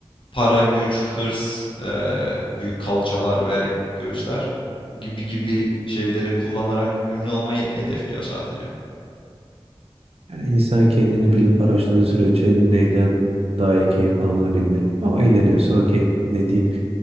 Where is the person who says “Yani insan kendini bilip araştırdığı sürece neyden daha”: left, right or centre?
Right